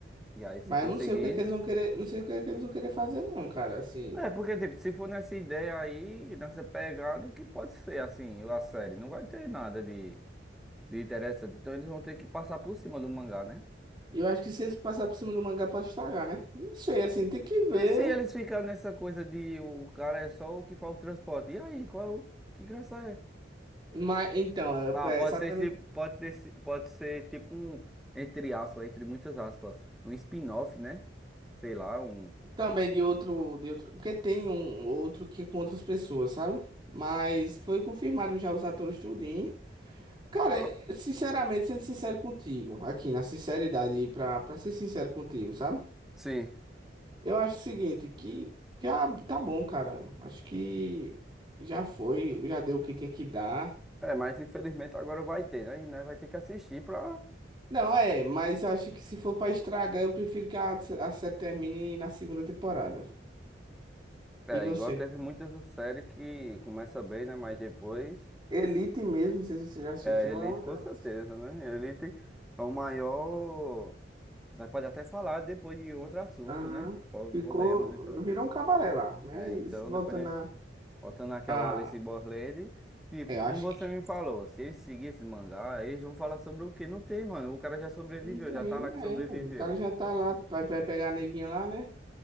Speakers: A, in the centre; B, on the right (about 25°).
A: E aí, se
B: Mas
A: conseguir.
B: eu não sei o que é que eles vão querer. Não sei o que é que eles vão querer fazer, não, cara. Assim.
A: É, porque, tipo, se for nessa ideia aí, nessa pegada, o que pode ser, assim, a série? Não vai ter nada de de interessante. Então eles vão ter que passar por cima do mangá, né?
B: Eu acho que se eles passar por cima do mangá, pode estragar, né? Não sei, assim, tem que ver.
A: E se eles ficarem nessa coisa de o cara é só o que faz o transporte? E aí, qual é o... que graça é?
B: Mas então, é
A: Ah, pode
B: é exatamente.
A: ser, esse- pode ter, esse- pode ser tipo um, entre aspas, entre muitas aspas, um spin-off, né? Sei lá, um.
B: Também de outro, de outro. Porque tem um outro que é com outras pessoas, sabe? Mas foi confirmado já os atores tudinho. Cara,
A: Não,
B: é- sinceramente, sendo sincero contigo, aqui na sinceridade, e pra, pra ser sincero contigo, sabe?
A: Sim.
B: Eu acho o seguinte, que já tá bom, cara. Acho que já foi, já deu o que tem que dar.
A: É, mas infelizmente agora vai ter, né? E nós vai ter que assistir pra.
B: Não, é, mas acho que se for pra estragar, eu prefiro que a, a série termine na segunda temporada.
A: É,
B: E você?
A: igual teve muitas séries que começa bem, né? Mas depois.
B: Elite mesmo, não sei se você já assistiu,
A: É, Elite
B: é uma
A: com
B: delas.
A: certeza, né? Elite é o maior. Nós pode até falar depois de outro assunto,
B: Aham.
A: né? Po-
B: Ficou,
A: Podemos, então.
B: virou um cabaré lá, mas
A: É, então,
B: volta
A: depois, né?
B: na.
A: Voltando aqui
B: Ah,
A: ao Alice Borland, tipo,
B: eu acho
A: como você me falou, se eles seguirem esse mangá, eles vão falar sobre o quê? Não tem, mano. O cara já sobreviveu,
B: Não tem,
A: já tá lá que sobreviveu.
B: é, mano. O cara já tá lá, vai, vai pegar a neguinha lá, né?